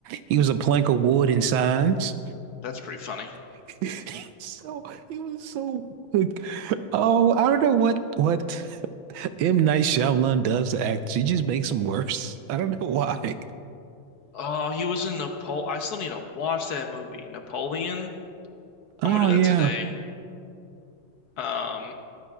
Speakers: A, on the right (about 75°); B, on the left (about 60°).
A: He was a plank of wood in signs.
B: That's pretty funny.
A: <laughs> So he was so like, oh, I don't know what what M. Night Shyamalan does to act. She just makes him worse. I don't know why.
B: Oh, he was in Napoleon. I still need to watch that movie. Napoleon.
A: Oh
B: I'm gonna do
A: yeah,
B: that today. Um,